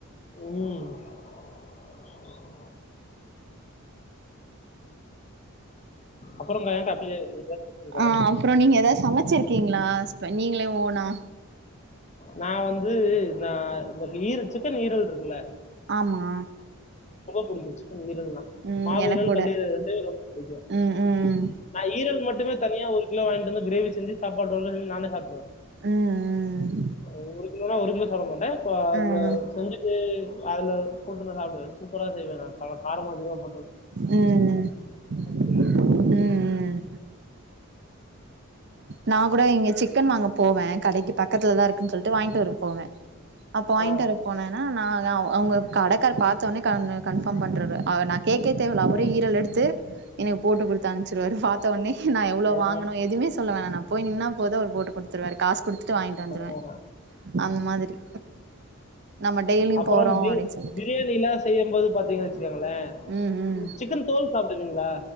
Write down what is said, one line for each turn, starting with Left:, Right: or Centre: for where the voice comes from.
Left: ம் அப்புறம்க்கா ஏன்க்கா அப்படியே
Right: ஆ அப்றொ நீங்க எதா சமச்சுருக் கீங்ளா ஸ்ப நீங்களே ஓனா
Left: நா வந்து நா இந்த ஈர சிக்கன் ஈரல் இருக்குல்ல
Right: ஆமா
Left: புடிகச்சு ஈரல்னா
Right: ம்
Left: மாவீரல்
Right: எனக் கூட
Left: கல்லீரல் ரெண்டுமெ ரொம்ப பிடிக்கு
Right: ம் ம்
Left: நா ஈரல் மட்டுமே தனியா ஒரு கிலோ வாங்கிட்டு வந்து கிரேவி செஞ்சு சாப்பாடு போட சொல்லி நானெ சாப்ட்ருவ
Right: ம் ம்
Left: ஒ ஒரு கிலோனா ஒரு கிலோ சாப்டமாட்டே கா அதுல
Right: ம்
Left: செஞ்சுட்டு அதுல போட்டு நா சாப்டுவே சூப்பரா செய்வே நா ஆனா காரமு அதிகமா பு
Right: ம் ம்
Left: பிடிக்கும்
Right: ம் ம் நா கூட இங்க சிக்கன் வாங்க போவே கடைக்கு பக்கத்துலதா இருக் குன் சொல்ட்டு வாயின்ட்டு வர போவே அப்ப வாயின்ட்டுவர
Left: ஆ,
Right: போனெனா நா அவுங்க கடைக்கார் பாத்தோன்னே கன் கன்ஃபார்ம் பண்றாரு அவ ந கேக்கே தேவல அவரே
Left: ஆ,
Right: ஈரல் எடுத்து எனக்கு போட்டு குடுத்து அனுப்ச்சிருவாரு பாத்தோனே நா எவ்ளோ
Left: ஆ,
Right: வாங்கனு எதுவ்மே சொல்ல போய் நின்னா போது அவர் போட்டு குடுத்துருவாரு காசு குடுத்துட்டு வாங்கிட்டு வந்துருவே
Left: ஆ.
Right: அந்மாதிரி நம்ம டெய்லியு
Left: அப்புறம்
Right: போறோ
Left: பி-
Right: அப்டி சொல்லிட்டு
Left: பிரியாணிலாம் செய்யும்போது பாத்தீங்கன்னு வச்சுக்கோங்களேன்
Right: ம் ம்
Left: சிக்கன் தோல் சாப்பிடுவீங்களா